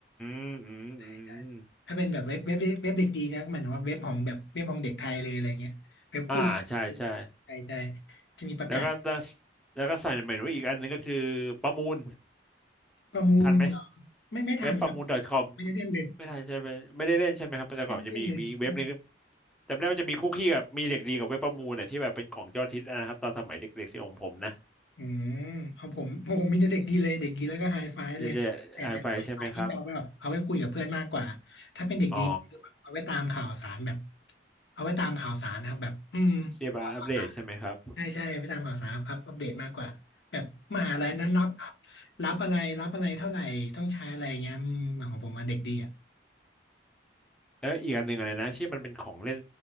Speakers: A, in the centre; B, on the left.
A: มอืมอืม
B: ใช่ใช่ถ้าเป็นแบบเว็บเว็บเว็บเด็กดีนะก็หมายถึงว่าเว็บของแบบเว็บของเด็กไทยเลยอะไรเงี้ยเว็บคู่เด็กไทยใช่
A: อ่าใช่ใช่
B: จะมีประกาศ
A: แล้วก็แล้วแล้วก็สั่งเหมือนว่าอีกอันหนึงก็คือประมูล
B: ประมูลเหรอไม่ไม่ทันครับ
A: ทันไหมเว็บประมูล .com
B: ไม่ได้เล่นเลย
A: ไม่ทันใช่ไหมไม่ได้เล่นใช่ไหมครับแต่ก่อนมันจะมีอีกเว็บหนึง
B: ไม่ได้เล่นเลยครับใช่
A: จำได้ว่าจะมีคุกกี้กับมีเด็กดีกับเว็บประมูลเนี่ยที่แบบเป็นของยอดฮิตนะครับตอนสมัยเด็กๆที่ของผมนะ
B: อืมของผมของผมมีแต่เด็กดีเลยเด็กดีแล้วก็ไฮไฟเลยแต่แต่ไฮไฟที่จะเอาไปแบบเอาไว้คุยกับเพื่อนมากกว่า
A: จะจะไอไฟใช่ไหมครับ
B: ถ้าเป็นเด็กดีนี่คือแบบเอาไว้ตามข่าวสารแบบ
A: อ๋อ
B: เอาไว้ตามข่าวสารนะครับแบบอืมข่าวข่าวสาร
A: เรียกว่าอัปเดตใช่ไหมครับ
B: ใช่ใช่ไปตามข่าวสารอัพอัปเดตมากกว่าแบบมหาลัยนั้นรับรับอะไรรับอะไรเท่าไหร่ต้องใช้อะไรเงี้ยอืมของผมมาเด็กดีอ่ะ
A: แล้วอีกอันหนึ่งอะไรนะที่มันเป็นของเล่น